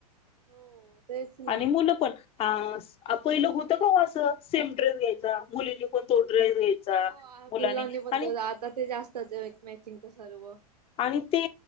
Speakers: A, on the right; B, on the left.
A: हो तेच ना
B: आणि मुलं पण हा पहिलं होतं का असं सेम ड्रेस घ्यायचा. मुलीनी कोण तो ड्रेस द्यायचा.
A: हो
B: मुलानी
A: मुलांनी पण
B: आणि
A: आता ते जास्तच एक मॅचिंगच सर्व
B: आणि ते